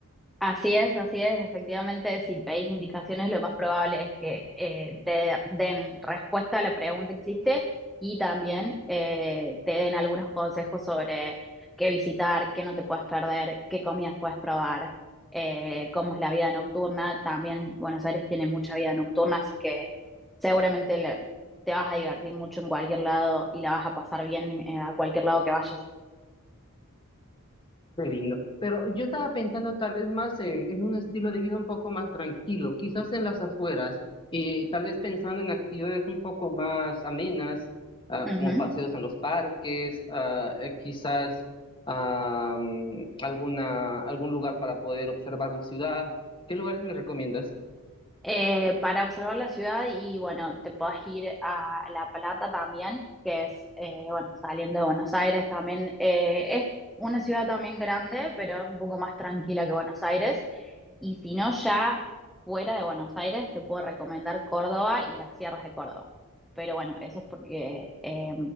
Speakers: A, in the centre; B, on the left.
A: Así es, así es. Efectivamente, si veis indicaciones, lo más probable es que eh, te den respuesta a la pregunta que hiciste y también eh, te den algunos consejos sobre qué visitar, qué no te puedes perder, qué comidas puedes probar, eh, cómo es la vida nocturna. También Buenos Aires tiene mucha vida nocturna, así que seguramente la- te vas a divertir mucho en cualquier lado y la vas a pasar bien eh, a cualquier lado que vayas.
B: Qué lindo. Pero yo estaba pensando tal vez más en, en un estilo de vida un poco más tranquilo, quizás en las afueras, y tal vez pensando en actividades un poco más amenas, ah,
A: Ujú.
B: como paseos en los parques, ah, eh, quizás ah, mm, alguna, algún lugar para poder observar la ciudad. ¿Qué lugares me recomiendas?
A: eh, para observar la ciudad y bueno, te podés ir a La Plata también, que es, eh, bueno, saliendo de Buenos Aires también. eh, es una ciudad también grande, pero es un poco más tranquila que Buenos Aires. Y si no, ya fuera de Buenos Aires, te puedo recomendar Córdoba y las sierras de Córdoba. Pero bueno, eso es porque eh,